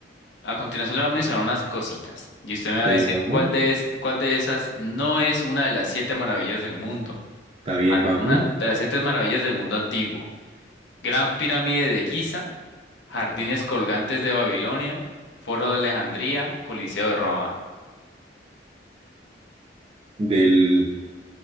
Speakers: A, on the left; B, on the right.
A: a continuación le voy a mencionar unas cositas, y usted me
B: ¿Está
A: va a decir
B: bien, papu?
A: cuál de, es- cuál de esas no es una de las siete maravillas del mundo?
B: ¿Está bien, papu?
A: Una de las siete maravillas del mundo antiguo. Gran pirámide de Giza, jardines colgantes de Babilonia, Foro de Alejandría, Coliseo de Roma.
B: Del